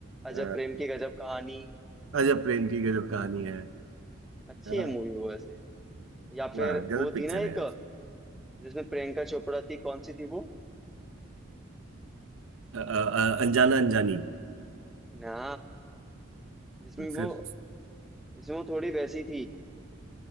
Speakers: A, in the centre; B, on the right.
A: अजब
B: अ,
A: प्रेम की गजब कहानी
B: अजब प्रेम की गजब कहानी है
A: अच्छी
B: है ना
A: है मूवी वो वैसे या फिर
B: वाह गजब
A: वो
B: पिक्चर
A: थी ना एक
B: है यार
A: जिसमें प्रियंका चोपड़ा थी कौन सी थी वो
B: अ, अ, अ, अनजाना अनजानी
A: ना जिसमें
B: फिर
A: वो इसमें वो थोड़ी वैसी थी